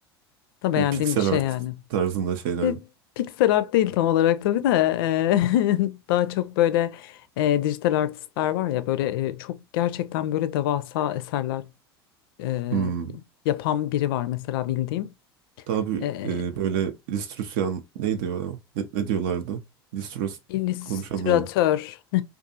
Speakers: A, on the left; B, on the right.
A: da beğendiğim
B: Böyle piksel
A: bir şey
B: art
A: yani.
B: tarzında şeyler.
A: E,
B: mi?
A: Pixel art değil tam olarak tabii de e, <laughs> daha çok böyle e, dijital artistler var ya böyle e, çok gerçekten böyle devasa eserler e,
B: Hmm.
A: yapan biri var mesela bildiğim.
B: Daha bir
A: E,
B: e, böyle illüstrasyon neydi o? Ne, ne diyorlardı? İllüstros
A: illüstratör.
B: konuşamıyorum.